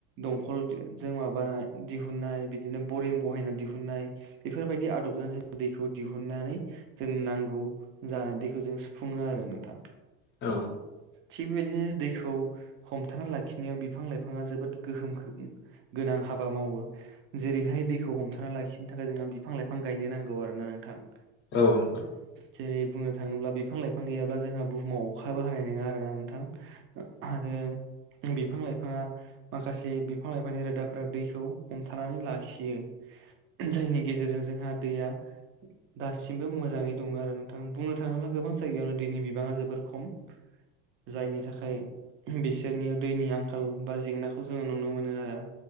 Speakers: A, on the right; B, on the left.
A: दंखलजों माबा माबानाय दिहुननाय बिदिनो बरिं बहायनानै दिहुननाय बेफोरबायदि आदबजों जों दैखौ दिहुननानै जों नांगौ जानाय दैखौ जों सुफुङो आरो नोंथां
B: औ
A: थिग बेबायदिनो दैखौ हमथाना लाखिनायाव बिफां लाइफाङा जोबोद गोहोम गोनां हाबा मावो जेरैहाय दैखौ हमथाना लाखिनो थाखाय जोंङो बिफां लाइफां गायनो नांगौ आरोना नोंथां
B: औ नंगौ
A: जेरै बुंनो थाङोब्ला बिफां लाइफां गैयाब्ला जोंहा बुहुमाव अखाबो हानाय नङा आरोना नोंथां आरो बिफां लाइफाङा माखासे बिफां लाइफांनि रोदा दैखौ हमथानानै लाखियो जायनि गेजेरजों जोंहा दैया दासिमबो मोजाङै दङ आरो नोंथां बुंनो थाङोब्ला गोबां जायगायावनो दैनि बिबाङा जोबोर खम जायनि थाखाय बिसोरनि दैनि आंखाल बा जेंनाखौ जोङो नुनो मोनो आरो